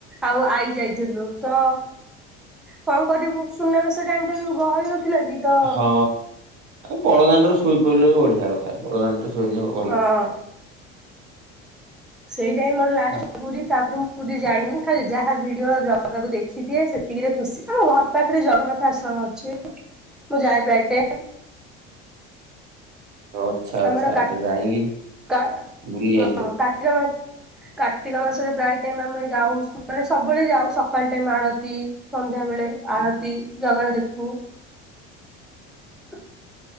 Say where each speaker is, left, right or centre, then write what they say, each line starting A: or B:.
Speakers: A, in the centre; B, on the right.
A: ଆଉ ଆଈ ଯାଇଥିଲୁ ତ କଣ କରିବୁ ସୁନାବେଶ ଟାଇମଟା ବି ଗହଳି ନଥିଲା କି ତ
B: ହଁ ବଡଦାଣ୍ଡରେ ଶୋଇପଇଲେ ବି ବଢିଆ କଥା ବଡଦାଣ୍ଡରେ ଶୋଇନେ ଭଲ।
A: ଅ ସେଇଟାଇ ମୋର ଲାଷ୍ଟ
B: ଠା-
A: ପୁରୀ ତାପରେ ମୁଁ ପୁରୀ ଯାଇନି ଖାଲି ଯାହା ଭିଡିଓ ଜାଗାକୁ ଦେ ଖିଦିଏ ସେତିକିରେ ଖୁସି। ଆମ ଘର ପାଖରେ ଜଗନ୍ନାଥ ଆଶ୍ରମ ଅଛି, ମୁଁ ଯାଏ ପ୍ରାୟେ ଟାଇମ୍।
B: ଆଚ୍ଛା ଆଚ୍ଛା
A: ଆମର କା
B: ଆଚ୍ଛା ଯାଇକି
A: କା
B: ବୁଲି ଆସିବ
A: ହଁ କାର୍ତ୍ତିକ ମାସ କାର୍ତ୍ତିକ ମାସରେ ପ୍ରାୟ ଟାଇମ ଆମେ ଯାଉ ମାନେ ସବୁବେଳେ ଯାଉ ସକାଳ ଟାଇମ ଆଳତି ସନ୍ଧ୍ୟା ବେଳେ ଆଳତୀ ଜଗନା ଦେଖୁ। ହ <unintelligible>